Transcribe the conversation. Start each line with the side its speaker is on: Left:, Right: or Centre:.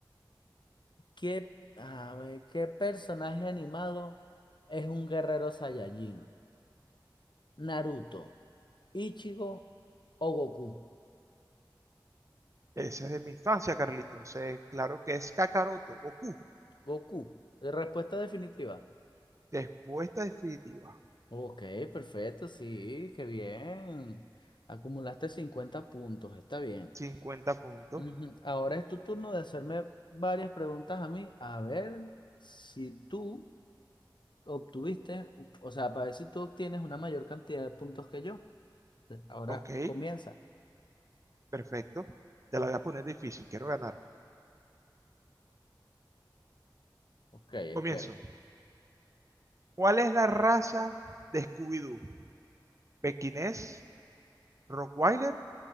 Left: ¿Qué, a ver, ¿qué personaje animado es un guerrero Saiyajin? ¿Naruto, Ichigo o Goku?
Right: Ese es de mi infancia, Carlitos. Eh, claro que es Kakaroto, Goku.
Left: Goku. ¿De Respuesta definitiva.
Right: Respuesta definitiva.
Left: Ok, perfecto, sí, qué bien. Acumulaste 50 puntos, está bien.
Right: cincuenta puntos.
Left: Ujú. Ahora es tu turno de hacerme varias preguntas a mí, a ver si tú obtuviste, o sea, para ver si tú obtienes una mayor cantidad de puntos que yo. Entonces, Ahora
Right: Ok,
Left: comienza.
Right: perfecto. Te la voy a poner difícil, quiero ganar.
Left: Ok, espero.
Right: Comienzo. ¿Cuál es la raza de Scooby-Doo? ¿Pekinés, Rockweiler